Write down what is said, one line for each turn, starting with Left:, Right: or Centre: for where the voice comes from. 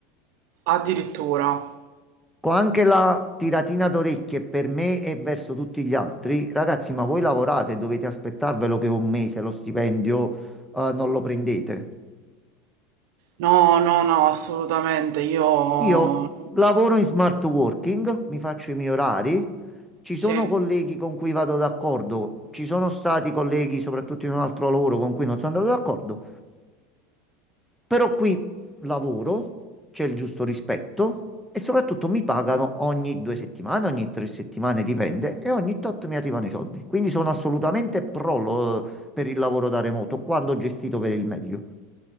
Right: Addirittura.
Centre: Con anche la tiratina d'orecchie per me e verso tutti gli altri, ragazzi, ma voi lavorate e dovete aspettarvelo che un mese lo stipendio, eh, non lo prendete.
Right: No, no, no, assolutamente, io...
Centre: Io lavoro in smart working, mi faccio i miei orari, ci sono
Right: Sì.
Centre: colleghi con cui vado d'accordo, ci sono stati colleghi, soprattutto in un altro lavoro, con cui non sono andato d'accordo, però qui lavoro, c'è il giusto rispetto e soprattutto mi pagano ogni due settimane, ogni tre settimane, dipende, e ogni tot mi arrivano i soldi. Quindi sono assolutamente pro lo- per il lavoro da remoto, quando gestito per il meglio.